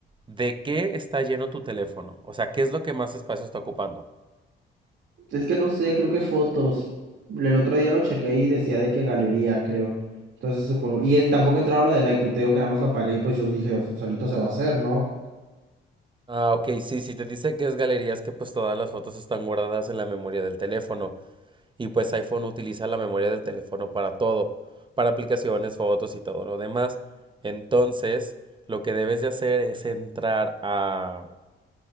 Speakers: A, on the right; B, on the right.
A: ¿de qué está lleno tu teléfono? O sea, ¿qué es lo que más espacio está ocupando?
B: Es que no sé, creo que fotos. El otro día lo chequeé y decía de que galería, creo. Entonces supongo. Y eh, tampoco entraba lo del iCloud, te digo que nada más lo apagué y pues yo dije, "O sea, solito se va a hacer, ¿no?
A: Ah, ok, sí, si te dice que es galerías que pues todas las fotos están guardadas en la memoria del teléfono y pues iPhone utiliza la memoria del teléfono para todo, para aplicaciones, fotos y todo lo demás. Entonces, lo que debes de hacer es entrar a,